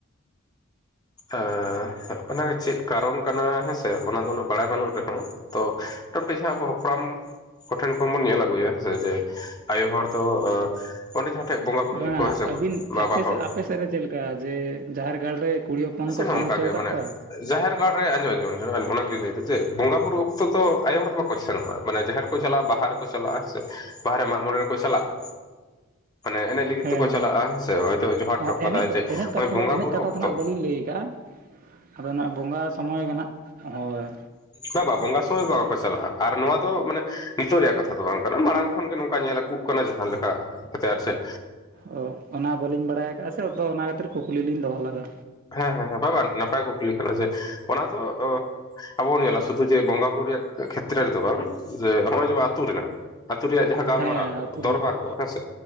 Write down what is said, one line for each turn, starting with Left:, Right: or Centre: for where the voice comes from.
Left: ᱟᱻ ᱚᱱᱟ ᱪᱮᱫ ᱠᱟᱨᱚᱱ ᱠᱟᱱᱟ ᱦᱮᱸᱥᱮ ᱚᱱᱟ ᱫᱚ ᱩᱱᱟᱹᱜ ᱵᱟᱲᱟᱭ ᱵᱟᱹᱱᱩᱜ ᱨᱮᱦᱚᱸᱼᱼ ᱛᱚ ᱢᱚᱴᱟ-ᱢᱩᱴᱤ ᱦᱟᱸᱜ ᱟᱵᱚ ᱦᱟᱯᱲᱟᱢ ᱠᱚᱴᱷᱮᱱ ᱠᱷᱚᱱ ᱵᱚᱱ ᱧᱮᱞ ᱟᱹᱜᱩᱭᱟ ᱦᱮᱸ ᱥᱮ ᱡᱮᱼᱼ ᱟᱭᱳ ᱦᱚᱲ ᱫᱚ ᱚ ᱚᱸᱰᱮ ᱡᱟᱦᱟᱸ ᱴᱷᱮᱡ ᱵᱚᱸᱜᱟ ᱵᱩᱨᱩᱭ
Right: ᱵᱟᱝ
Left: ᱜᱮ ᱠᱚ ᱦᱮᱸ ᱥᱮ
Right: ᱟᱹᱵᱤᱱ
Left: ᱠᱚ
Right: ᱟᱯᱮ
Left: ᱵᱟᱵᱟ
Right: ᱥᱮᱫ
Left: ᱦᱚᱲᱼᱼ
Right: ᱟᱯᱮ ᱥᱮᱫ ᱨᱮ ᱪᱮᱫ ᱞᱮᱠᱟ ᱡᱮ ᱡᱟᱦᱮᱨ ᱜᱟᱲ ᱨᱮ ᱠᱩᱲᱤ ᱦᱚᱯᱚᱱ ᱠᱚ
Left: ᱦᱚᱸ
Right: ᱥᱮᱱ
Left: ᱚᱱᱠᱟᱜᱮ
Right: ᱦᱚᱪᱚᱣ
Left: ᱢᱟᱱᱮ
Right: ᱠᱟᱜ ᱠᱚᱣᱟ?
Left: ᱡᱟᱦᱮᱨ ᱜᱟᱲ ᱨᱮ ᱟᱸᱡᱚᱢ ᱟᱧᱡᱚᱢ ᱟᱧᱡᱚᱢ ᱵᱮᱱ ᱚᱱᱟ ᱜᱮᱞᱤᱧ ᱞᱟᱹᱭ ᱫᱟ ᱡᱮ ᱵᱚᱸᱜᱟ ᱵᱩᱨᱩ ᱚᱠᱛᱚ ᱫᱚ ᱟᱭᱳ ᱦᱚᱲ ᱫᱚ ᱵᱟᱠᱚ ᱥᱮᱱᱚᱜ-ᱟ ᱢᱟᱱᱮ ᱡᱟᱦᱮᱨᱼᱼ ᱠᱚ ᱪᱟᱞᱟᱜ-ᱟ ᱵᱟᱦᱟ ᱨᱮ ᱠᱚ ᱪᱟᱞᱟᱜ-ᱟ ᱦᱸᱮ ᱥᱮ ᱵᱟᱦᱟ ᱨᱮ ᱢᱟᱜ ᱢᱚᱬᱮ ᱨᱮᱠᱚ ᱪᱟᱞᱟᱜ-ᱟ, ᱢᱟᱱᱮ ᱮᱱᱮᱡᱼᱼ ᱞᱟᱹᱜᱤᱫ
Right: ᱦᱮᱸ
Left: ᱛᱮᱠᱚ ᱪᱟᱞᱟᱜ-ᱟ ᱦᱮᱸᱥᱮ ᱦᱚᱭᱛᱳ ᱡᱚᱦᱟᱨ
Right: ᱦᱚᱸ
Left: ᱴᱚ
Right: ᱮᱱᱮᱡ
Left: ᱠᱟᱫᱟᱭ
Right: ᱫᱚ
Left: ᱡᱮ
Right: ᱮᱱᱮᱡ
Left: ᱱᱚᱜ-ᱚᱭ
Right: ᱠᱟᱛᱷᱟ
Left: ᱵᱚᱸᱜᱟ
Right: ᱫᱚ ᱮᱱᱮᱡ
Left: ᱵᱩᱨᱩ
Right: ᱠᱟᱛᱷᱟ
Left: ᱚᱠᱛᱚᱼᱼ
Right: ᱫᱚ ᱱᱟᱦᱟᱜ ᱵᱟᱹᱞᱤᱧ ᱞᱟᱹᱭ ᱠᱟᱜ-ᱟ ᱟᱫᱚ ᱱᱟᱦᱟᱸᱜ ᱵᱚᱸᱜᱟ ᱥᱚᱢᱚᱭ ᱜᱮ ᱱᱟᱦᱟᱸᱜ ᱦᱚᱭᱼᱼ
Left: ᱵᱟᱼᱵᱟ ᱵᱚᱸᱜᱟ ᱥᱚᱢᱚᱭ ᱵᱟᱠᱚ ᱪᱟᱞᱟᱜ-ᱟ ᱟᱨ ᱱᱚᱣᱟ ᱫᱚ ᱢᱟᱱᱮᱼᱼ ᱱᱤᱛᱚᱜ ᱨᱮᱭᱟᱜ ᱠᱟᱛᱷᱟ ᱫᱚ ᱵᱟᱝ ᱠᱟᱱᱟ ᱢᱟᱬᱟᱝ ᱠᱷᱚᱱ ᱜᱮ ᱱᱚᱝᱠᱟ ᱧᱮᱞ ᱟᱹᱜᱩᱜ ᱠᱟᱱᱟ ᱡᱟᱦᱟᱸ ᱞᱮᱠᱟ ᱠᱟᱛᱮᱜ ᱟᱨ ᱪᱮᱜ᱾
Right: ᱦᱚᱭ ᱚᱱᱟ ᱵᱟᱹᱞᱤᱧ ᱵᱟᱲᱟᱭ ᱠᱟᱜ-ᱟ ᱥᱮ ᱛᱚ ᱚᱱᱟ ᱠᱷᱟᱹᱛᱤᱨ ᱠᱩᱠᱞᱤ ᱞᱤᱧ ᱫᱚᱦᱚ ᱞᱮᱫᱟ᱾
Left: ᱦᱮᱸ ᱦᱮᱸᱸ ᱵᱟᱼᱵᱟ ᱱᱟᱯᱟᱭ ᱠᱩᱠᱞᱤ ᱠᱟᱱᱟ ᱡᱮ ᱚᱱᱟ ᱦᱚᱸᱛᱚ ᱚᱼᱼ ᱟᱵᱚ ᱵᱚᱱ ᱧᱮᱞᱟ ᱥᱩᱫᱩ ᱡᱮ ᱵᱚᱸᱜᱟ ᱵᱩᱨᱩ ᱨᱮᱭᱟᱜ ᱠᱷᱮᱛᱨᱚ ᱨᱮᱫᱚ ᱵᱟᱝ ᱡᱮ ᱱᱚᱜ-ᱚᱭ ᱡᱮ ᱟᱛᱩ ᱨᱮᱱᱟᱜᱼᱼ ᱟᱛᱩ ᱨᱮᱭᱟᱜ ᱡᱟᱦᱟᱸ ᱜᱟᱞᱢᱟᱨᱟᱣ
Right: ᱦᱮᱸ
Left: ᱠᱚ
Right: ᱟᱹᱛᱩ ᱨᱮᱱᱟᱜ
Left: ᱫᱚᱨᱵᱟᱨ
Right: ᱜᱮ
Left: ᱠᱚ ᱦᱮᱸ ᱥᱮ